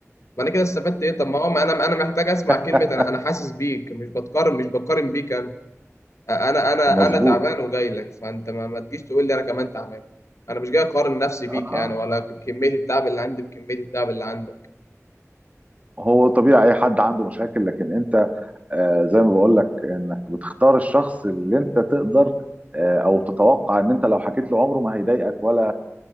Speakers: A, on the left; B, on the right.
A: ما انا كده استفدت ايه طب ما هو ما انا انا محتاج اسمع
B: <laughs>
A: كلمه انا انا حاسس بيك مش بتقارن مش بقارن بيك انا انا انا
B: مظبوط
A: انا تعبان وجاي لك فانت ما, ما تجيش تقول لي انا كمان تعبان انا مش جاي اقارن نفسي بيك
B: اه
A: يعني ولا كميه التعب اللي عندي بكميه التعب اللي عندك
B: هو طبيعي اي حد عنده مشاكل لكن انت آه، زي ما بقول لك انك بتختار الشخص اللي انت تقدر آه، او تتوقع ان انت لو حكيت له عمره ما هيضايقك ولا